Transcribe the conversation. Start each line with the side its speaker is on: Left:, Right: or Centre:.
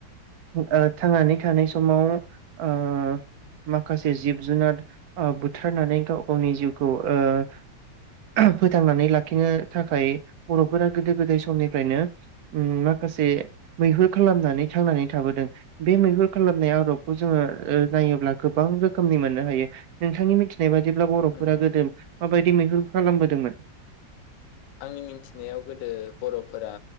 Right: ओ थांनानै थानाय समाव ओ माखासे जिब जुनार ओ बुथारनानै गाव गावनि जिउखौ ओ फोथांनानै लाखिनो थाखाय बर'फोरा गोदो गोदाय समनिफ्रायनो उम माखासे मैहुर खालामनानै थांनानै थाबोदों बे मैहुर खालामनाय आदबखौ जोङो नायोब्ला गोबां रोखोमनि मोननो हायो नोंथांनि मिथिनाय बा दिब्ला बर'फोरा
Left: नंगौ नंगौ
Right: गोदो माबायदि दि मैहुर खालामबोदोंमोन।
Left: आंनि मिथिनायाव गोदो बर'फोरा